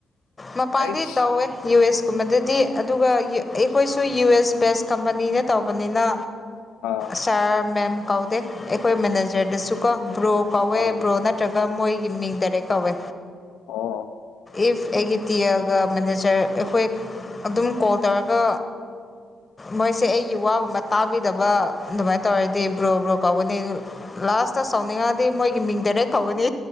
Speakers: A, on the left (about 25°); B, on the left (about 80°).
A: ꯃꯄꯥꯟꯗꯤ
B: ꯑꯩꯁ
A: ꯇꯧꯋꯦ ꯌꯨ ꯑꯦꯁ ꯨꯒꯨꯝꯕꯗꯗꯤ ꯑꯗꯨꯒ ꯑꯩꯈꯣꯏꯁꯨ ꯌꯨ ꯑꯦꯁ ꯕꯦꯁ ꯀꯝꯄꯅꯤꯅ ꯇꯧꯕꯅꯤꯅ
B: ꯑꯥ
A: ꯁꯥꯔ ꯃꯦꯝ ꯀꯧꯗꯦ ꯑꯩꯈꯣꯏ ꯃꯦꯅꯦꯖꯔꯗꯁꯨ ꯀꯣ ꯕ꯭ꯔꯣ ꯀꯧꯋꯦ
B: ꯑꯥ
A: ꯕ꯭ꯔꯣ ꯅ ꯅꯠꯇ꯭ꯔꯒ ꯃꯣꯏꯒꯤ ꯃꯤꯡ ꯗꯥꯔꯦꯛ ꯀꯧꯋꯦ
B: ꯑꯣ
A: ꯏꯐ ꯑꯩꯒꯤ ꯇꯤ ꯑꯦꯒ ꯃꯦꯅꯦꯖꯔ ꯑꯩꯈꯣꯏ ꯑꯗꯨꯝ ꯀꯣꯜ ꯇꯧꯔꯒ ꯃꯣꯏꯁꯦ ꯑꯩꯒꯤ ꯋꯥꯒꯨꯝꯕ ꯇꯥꯕꯤꯗꯕ ꯑꯗꯨꯃꯥꯏꯅ ꯇꯧꯔꯗꯤ ꯕ꯭ꯔꯣ ꯕ꯭ꯔꯣ ꯀꯧꯒꯅꯤ ꯂꯥꯁꯇ ꯁꯥꯎꯅꯤꯡꯉꯗꯤ ꯃꯣꯏꯒꯤ ꯃꯤꯡꯗꯔꯦ ꯀꯧꯒꯅꯤ